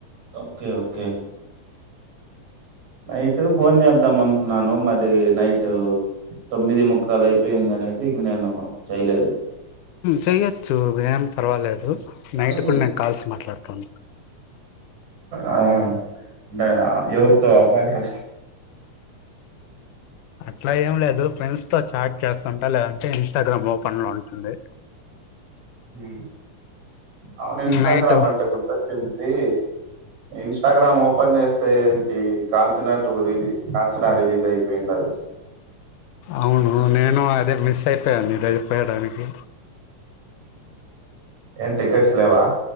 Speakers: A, on the right; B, on the left.
A: ఓకే ఓకే నైట్ ఫోన్ చేద్దాం అనుకున్నాను మరి నైట్ తొమ్మిది ముక్కాల యితు పోయింది అనేసి ఇంక నేను చేయలేదు
B: సయ్యద చు విమ్ పర్వాలేదు
A: కానీ
B: నైట్ కూడా నేను కాల్స్ మాట్లాడుతాను
A: ఆ అంటే ఎవరుతో అమ్మాయిలుతో
B: అట్లా ఏం లేదు ఫ్రెండ్స్తో చాట్ చేస్తుంటా లేదంటే ఇన్స్టాగ్రామ్ ఓపెన్లో ఉంటుంది
A: ఉమ్ అవును ఇన్స్టాగ్రామ్
B: నైట్
A: అంటే గుర్తొచ్చింది ఇన్స్టాగ్రామ్ ఓపెన్ చేస్తే ఏంటి Kanchana two release Kanchana release అయిపోయిండది
B: అవును నేను అదే మిస్ అయిపోయాను డ్రైవ్ పేయడానికి
A: ఏం టికెట్స్ లేవా